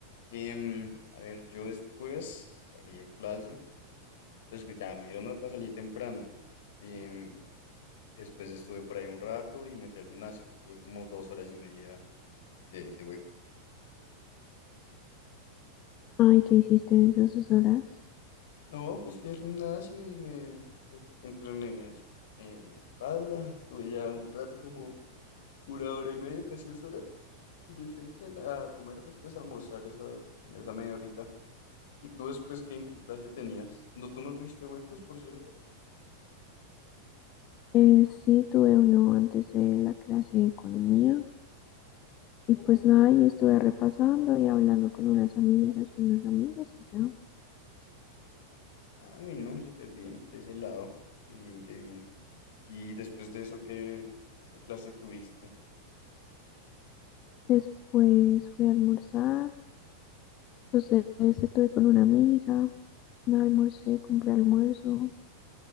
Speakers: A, on the left; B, on the left.
A: Em, a ver, yo después salí de clase, pues que ya me dieron nota, salí temprano. Em, después estuve por ahí un rato y me fui al gimnasio. Tuve como dos horas y media de, de hueco.
B: Ay, ¿qué hiciste en esas dos horas?
A: No, pues fui al gimnasio y me en- entrené es- eh, espalda. Estuve ya un rato, como una hora y media, casi dos horas. Y me fui a entrenar, a comer después, a almorzar esas, en esa media horita. ¿Y tú después qué, qué clase tenías? ¿No, tú no tuviste huecos, por cierto?
B: Eh, sí, tuve uno antes de la clase de economía. Y pues nada, y estuve repasando y hablando con unas amigas, con unos amigos y ya.
A: Ah, no, súper bien por ese lado. Qué bien, qué bien. ¿Y después de eso qué, qué clase tuviste?
B: Después fui a almorzar. Entonces estuve con una amiga, nada, almorcé, compré almuerzo.